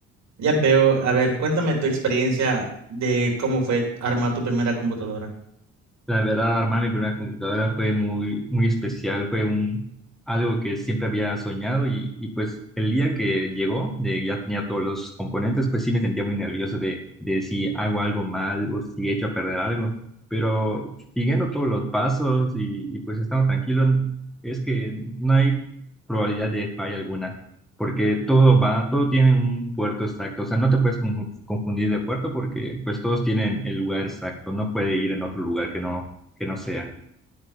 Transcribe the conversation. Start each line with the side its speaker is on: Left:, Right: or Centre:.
Right: Ya veo. A ver, cuéntame tu experiencia de cómo fue armar tu primera computadora.
Centre: La verdad, armar mi primera computadora fue muy, muy especial, fue un, algo que siempre había soñado y, y pues el día que llegó, de ya tenía todos los componentes, pues sí me sentía muy nervioso de, de si hago algo mal o si echo a perder algo, pero siguiendo todos los pasos y, y pues estando tranquilo, es que no hay probabilidad de falla alguna porque todo va, todo tiene un puerto exacto, o sea, no te puedes conju- confundir de puerto porque pues todos tienen el lugar exacto, no puede ir en otro lugar que no, que no sea.